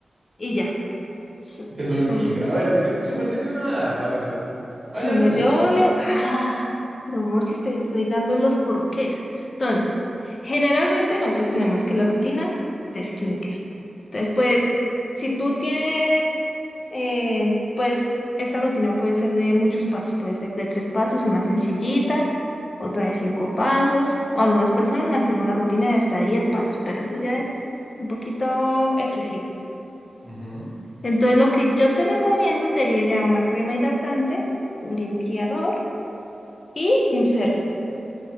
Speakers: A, on the left (about 45°); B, on the right (about 30°).
A: y ya. So-
B: Que es un
A: Solo.
B: skin. A ver, usted, su merced, ¿qué me va a dar? A ver, vaya
A: Bueno,
B: al punto.
A: yo leo. Ah, pero amor, si estoy, estoy dando los porqués. Entonces, generalmente nosotros tenemos que la rutina de skincare. Entonces, pues, si tú tienes, eh, pues, esta rutina puede ser de muchos pasos, puede ser de tres pasos, una sencillita, otra de cinco pasos, o algunas personas mantienen una rutina de hasta diez pasos, pero eso ya es un poquito excesivo.
B: Ujú,
A: Entonces, lo que yo te recomiendo sería ya una crema hidratante, un limpiador y un serum.